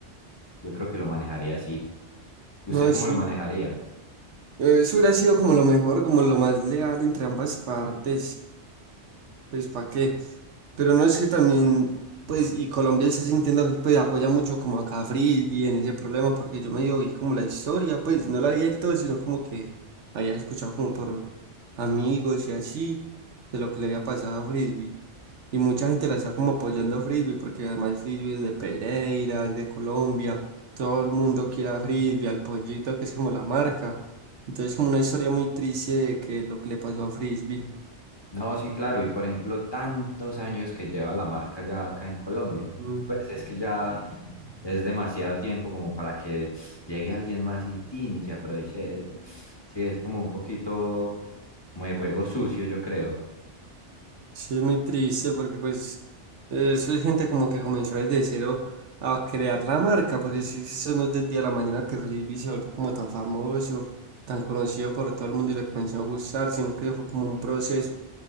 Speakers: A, on the left; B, on the right.
A: Yo creo que lo manejaría así. ¿Usted
B: No,
A: cómo
B: sí.
A: lo manejaría?
B: eh, Eso hubiera sido como lo mejor, como lo más leal entre ambas partes. Pues, ¿para qué? Pero no es que también, pues, y Colombia está sintiendo, pues, apoya mucho como a Cafri en ese problema, porque yo medio vi como la historia, pues, no la vi del todo, sino como que había escuchado como por amigos y así, de lo que le había pasado a Frisbee. Y mucha gente la está como apoyando a Frisbee, porque además Frisbee es de Pereira, es de Colombia, todo el mundo quiere a Frisbee, al pollito, que es como la marca. Entonces, como una historia muy triste de que lo que le pasó a Frisbee.
A: No, sí, claro. Y por ejemplo, tantos años que lleva la marca ya acá en Colombia.
B: Mm.
A: Pues es que ya es demasiado tiempo como para que llegue alguien más y, tin, y se aproveche de eso. Sí, es como un poquito como de juego sucio, yo creo.
B: Sí, es muy triste porque pues eh, eso es gente como que comenzó desde cero a crear la marca, porque si eso no es del día a la mañana que Frisbee se volvió como tan famoso, tan conocido por todo el mundo y le comenzó a gustar, sino que eso fue como un proceso.